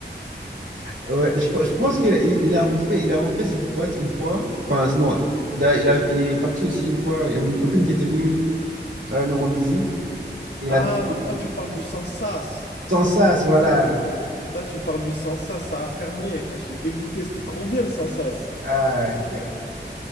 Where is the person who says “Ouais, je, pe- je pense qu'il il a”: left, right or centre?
Right